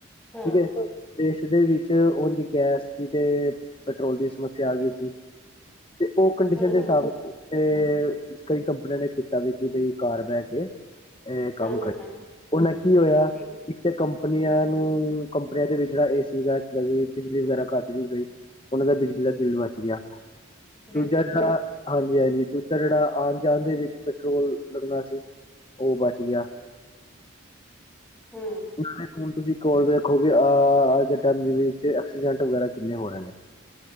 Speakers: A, in the centre; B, on the left.
A: ਹਮ
B: ਠੀਕ ਹੈ ਹੂੰ ਦੇਸ਼। ਇਸਦੇ ਵਿੱਚ ਉਹ ਜੀ ਗੈਸ ਦੀ ਤੇ ਪੈਟਰੋਲ ਦੀ ਸਮੱਸਿਆ ਆ ਗਈ ਸੀ। ਤੇ ਉਹ ਕੰਡੀਸ਼ਨ
A: ਹਮ
B: ਦੇ
A: ਹਮ ਹਮ
B: ਹਿਸਾਬ ਤੇ। ਕਈ ਕੰਪਨੀਆਂ ਨੇ ਕੀਤਾ ਵੀ ਕਿ ਬਈ ਘਰ ਬਹਿ ਕੇ। ਇਹ ਕੰਮ
A: ਹਮ
B: ਕਰਨਾ
A: ਹਮ
B: ਉਹਨਾਂ ਕੀ ਹੋਇਆ
A: ਜੀ
B: ਇੱਕ ਤੇ ਕਮਪ ਕੰਪਨੀਆਂ ਨੂੰ ਕੰਪਨੀਆਂ ਦੇ ਵਿੱਚ ਜਿਹੜਾ ਏਸੀ ਵਗਰਾ ਚੱਲਦਾ ਸੀ ਬਿਜਲੀ ਵਗੈਰਾ ਘੱਟ ਯੂਜ ਹੋਈ। ਉਹਨਾਂ ਦਾ ਬਿਜਲੀ ਦਾ ਬਿੱਲ ਬਚ ਗਿਆ
A: ਬਿਲਕੁਲ
B: ਦੂਜਾ ਜਿਹੜਾ ਹਾਂਜੀ ਹਾਂਜੀ ਦੂਜਾ ਜਿਹੜਾ। ਆਉਣ ਜਾਣ ਦੇ ਵਿੱਚ ਪੈਟਰੋਲ ਲੱਗਣਾ ਸੀ। ਉਹ ਬਚ ਗਿਆ।
A: ਹੂੰ
B: ਨਾਲੇ ਹੁਣ ਤੁਸੀਂ? ਹੋਰ ਦੇਖੋਗੇ ਅਹ ਅੱਜ ਦੇ ਟਾਈਮ ਵਿੱਚ ਐਕਸੀਡੈਂਟ ਵਗੈਰਾ ਕਿੰਨੇ ਹੋ ਰਹੇ ਨੇ?